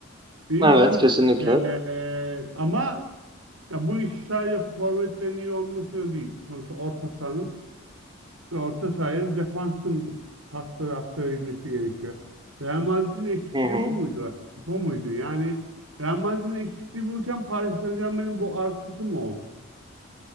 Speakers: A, on the right (about 80°); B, on the right (about 20°).
A: Vinicius'u
B: Evet, kesinlikle.
A: e, ama ya bu iş sadece forvetlerin iyi olması da değil. Sonuçta orta sahanın ve orta sahaya defansın pasları aktarabilmesi gerekiyor. Real Madrid'in eksikliği
B: Hı hı.
A: bu muydu? Bu muydu? Yani Real Madrid'in eksikliği buyken Paris Saint-Germain'in bu artısı mı oldu?